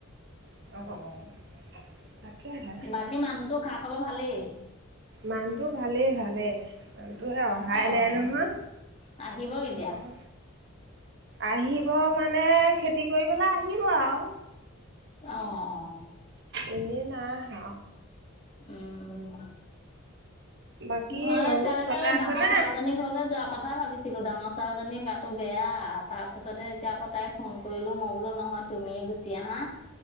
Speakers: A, on the right; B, on the left.
A: অ' অ'তাকেহে।
B: বাকী মানুহতো খা-খাবৰ ভালেই।
A: মানুহটো ভালেই, ভালেই মানুহটো অহাই
B: অ
A: নাই নহয়।
B: আহিব কেতিয়া?
A: মই আহিব মানে খেতি কৰিবলৈ আহিব আও।
B: অ',
A: এনেই নাই আহা।
B: উম,
A: বাকী
B: নহয়
A: মানুহজন
B: তাকে
A: ঘৰতে আছেনে
B: ডাঙৰ ছোৱালীজনী ঘৰলে যোৱা কথা ভাবিছিলোঁ ডাঙৰ ছোৱালীজনীৰ গাটো বেয়া তাৰপাছতে এতিয়া আকৌ তাই ফোন কৰিলোঁ মই বোলো নহয় তুমিয়ে গুচি আহা